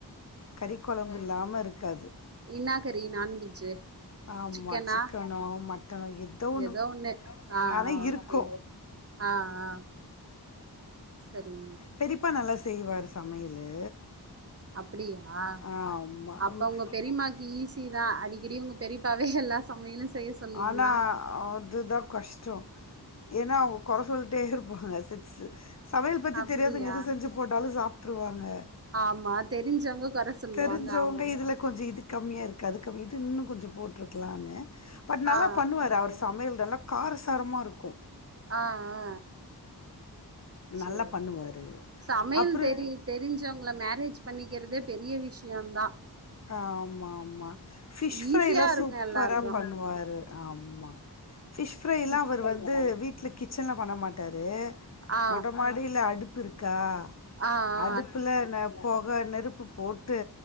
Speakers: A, on the left; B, on the right.
A: கறி கொழம்பு இல்லாம இருக்காது
B: இன்னா கறி நான்வெஜ்ஜூ
A: ஆமாம்
B: சிக்கனா
A: சிக்கனோ மட்டனோ ஏதோ ஒன்று
B: எதோ ஒண்ணு ஆ
A: ஆனால்
B: ஆ
A: இருக்கும்
B: ஓகே ஆ ஆ செரி
A: பெரிப்பா நல்லா செய்வாரு சமையலு
B: அப்டியா
A: ஆமாம்
B: அப்ப உங்க பெரிமா க்கு ஈஸிதா அடிக்கடி உங்க பெரிப்பாவே எல்லா சமையலு செய்ய சொல்லிட்லா
A: ஆனா அதுதா கஷ்டோ ஏனா கொற சொல்ட்டே இருப்பாங்க சிர்சு சமையல் பத்தி
B: அப்டியா
A: தெரியாதுங்க எது செஞ்சு போட்டாலு சாப்ட்டுருவாங்க
B: ஆமா தெரிஞ்சவங்க கொற சொல்லுவாங்க
A: தெரிஞ்சவங்க
B: ஆமா
A: இதுல கொஞ்சோ இது கம்மியா இருக்கு அது கம்மி இது இன்னு கொஞ்சோ போட்ருக்குலான்னு பட் நல்லா
B: ஆ ஆ
A: பண்ணுவாரு அவர் சமையல் நல்லா காரசாரமா இருக்கு
B: அ அ சேரி
A: நல்லா பண்ணுவாரு
B: சமையல்
A: அப்றோ
B: தெரியு தெரிஞ்சு சவுங்கள மேரேஜ் பண்ணிக்கிறதே பெரிய விஷயந்தா
A: ஆமா ஆமா ஃபிஷ் ஃப்ரைலா
B: ஈஸியா இருக்கு
A: சூப்பரா
B: எல்லாருக்கு
A: பண்ணுவாரு ஆம்மா ஃபிஷ் ஃப்ரைல்லா அவர் வந்து வீட்ல கிச்சன்ல பண்ண மாட்டாரு
B: ஆ
A: மொட்ட மாடில அடுப்பு இருக்கா
B: ஆ ஆ
A: அடுப்புல ந பொக நெருப்பு போட்டு